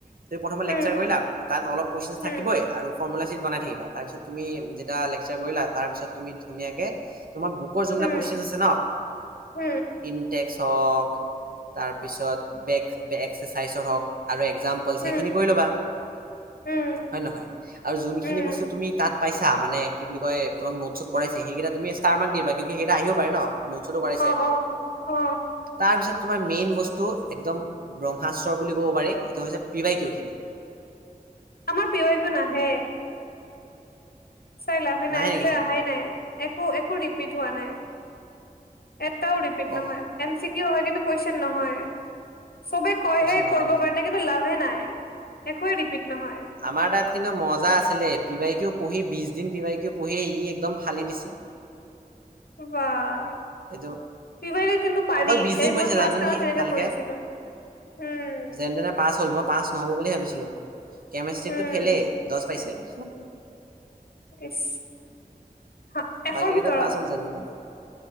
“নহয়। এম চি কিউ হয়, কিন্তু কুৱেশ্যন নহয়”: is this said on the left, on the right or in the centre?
Left